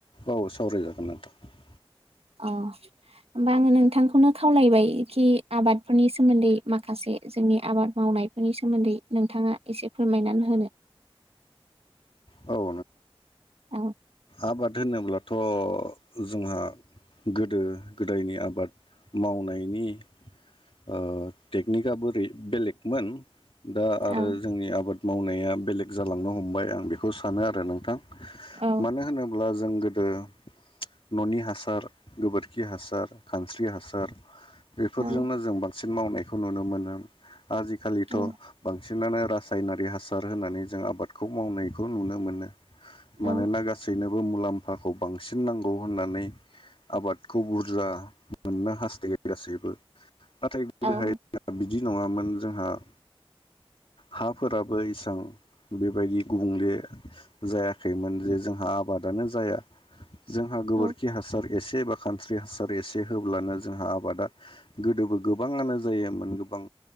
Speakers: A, on the left; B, on the right.
A: औव, सावराय जागोन नोंथां ।
B: अ, होमबा आंङो नोंथांखौनो खावलायबाय खि आबादफोरनि सोमोन्दै माखासे जोंनि आबाद मावनायफोरनि सोमोन्दै नोंथांङा एसे फोरमायनानै होनो ।
A: <inaudible> औव ।
B: औव ।
A: आबाद होनोब्लाथ' जोंहा, गोदो-गोदायनि आबाद मावनायनि ओ टेकनिकआ बोरै बेलेग मोन दा आरो
B: औ
A: जोंनि आबाद मावनाया बेलेग जालांनो हमबाय आं बेखौ सानो आरो नोंथां।
B: औ
A: मानो होनोब्ला जों गो दो न'नि हासार, गोबोरखि हासार, खानस्रि हासार बेफोरजोंनो
B: औ
A: जों बांसिन मावनायखौ नुनो मोनो । आजि-खालिथ'
B: औ
A: बां सिनानो रासायनारि हासार होनानै जों आबादखौ मावनायखौ नुनो मोनो। मानोना
B: औ
A: गासैनोबो मुलाम्फाखौ बांसिन नांगौ होननानै आबादखौ बुरजा मोननो हास्थायो गासैबो । नाथाय गोदो
B: औ
A: हाय जों <unintelligible> बिदि नङामोन जोंहा । हा फोराबो इसां बेबायदि गुबुंले, जायाखैमोन । जे हा आबादानो जाया । जोंहा गोबोरखि
B: औ
A: हासार एसे बा खानस्रि हासार एसे होब्लानो जोंहा आबादा गोदोबो गोबांङानो जायामोन । गोबां